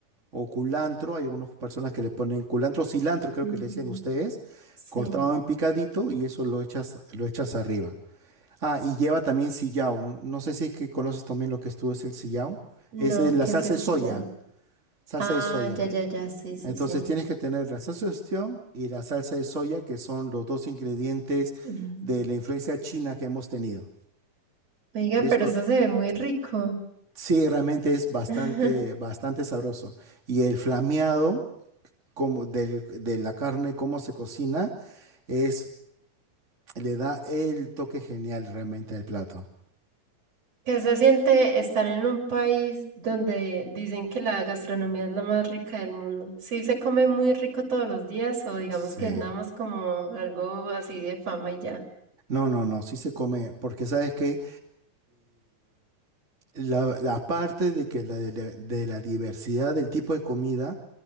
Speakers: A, on the right; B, on the right.
A: o culantro. Hay algunas personas que le ponen culantro, cilantro creo
B: ujú,
A: que le decían ustedes,
B: Sí,
A: cortado en picadito y eso lo echas, lo echas arriba. Ah, y lleva también sillao. No sé si es que conoces también lo que es tú, es el sillao.
B: no,
A: Esa es la
B: que
A: salsa
B: es el
A: de
B: sillado.
A: soya, salsa
B: Ah,
A: de soya.
B: ya, ya, ya, sí, sí,
A: Entonces
B: sí.
A: tienes que tener la salsa de ostión y la salsa de soya, que son los dos ingredientes
B: Mm.
A: de la influencia china que hemos tenido.
B: Oiga,
A: Y
B: pero
A: eso
B: eso se ve muy rico.
A: sí realmente es bastante,
B: <laughs>
A: bastante sabroso. Y el flameado como del- de la carne, cómo se cocina, es, le da el toque genial realmente al plato.
B: ¿Qué se siente estar en un país donde dicen que la gastronomía es la más rica del mundo? ¿Sí se come muy rico todos los días o digamos
A: Sí.
B: que es nada más como algo así de fama y ya?
A: No, no, no, sí se come, porque sabes que la, la parte de que la, de la de la diversidad del tipo de comida